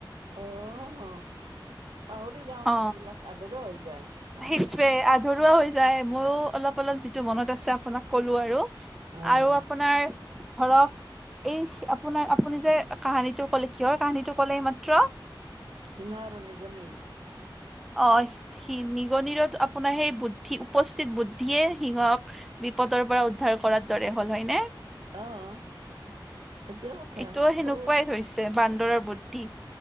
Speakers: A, on the right; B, in the centre.
A: অঁ পাহৰি যাওঁ
B: অ
A: নহয় এইবিলাক আধৰা হৈ যায় কামবিলাক
B: সেইটোৱে আধৰুৱা হৈ যায় মইও অলপ অলপ যিটো মনত আছে আপোনাক কলো আৰু
A: অঁ
B: আৰু আপোনাৰ ধৰক এই আপোনাৰ আপুনি যে কাহিনীটো ক'লে, কিহৰ কাহিনীটো ক'লে এইমাত্ৰ।
A: সিংহ আৰু নিগনিৰ।
B: অ সি সি নিগনিৰো আপোনাৰ সেই বুদ্ধি উপস্থিত বুদ্ধিয়ে সিহক। বিপদৰ পৰা উদ্ধাৰ কৰাৰ দৰে হ'ল হয়নে।
A: অ', সেইটোৱে কথা
B: এইটোও
A: সৰু।
B: সেনেকুৱাই হৈছে বান্দৰৰ বুদ্ধি